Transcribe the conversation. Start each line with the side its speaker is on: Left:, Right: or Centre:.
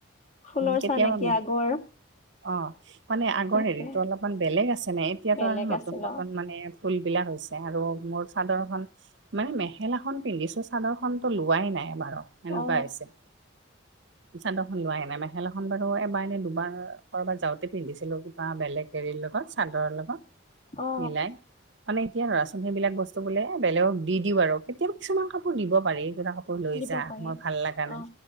Left: ফুলৰ
Right: কেতিয়াবা
Left: চাহ নেকি আগৰ।
Right: অ' মানে আগৰ
Left: তাকে
Right: হেৰিতো অলপমান বেলেগ আছে নাই এতিয়াতো
Left: বেলেগ
Right: আৰু নতুন
Left: আছিল
Right: নতুন মানে। ফুলবিলা হৈছ ছে আৰু মোৰ চাদৰ খন মানে মেখেলা খন পিন্ধিছো চাদৰ খন তো লোৱাই নাই বাৰু। সেনেকুৱা
Left: অ অ
Right: হৈছে। চাদৰ খন লোৱাই নাই মেখেলা এখন বাৰু এবাৰ এনে দুবাৰ কৰবাত যাওঁতে পিন্ধিছিলো কিবা বেলেগ। এৰিৰ লগত চাদৰৰ লগত
Left: অ
Right: মিলাই মানে এতিয়া ধৰাচোন সেইবিলাক বস্তু বোলে এ বেলেগক দি দিওঁ বাৰু কেতিয়াবা কিছুমান কাপোৰ নিব পাৰি যেনে কা পোৰ লৈ
Left: দিব
Right: যা।
Left: পাৰি
Right: মোৰ ভাল লাগা নাই।
Left: অ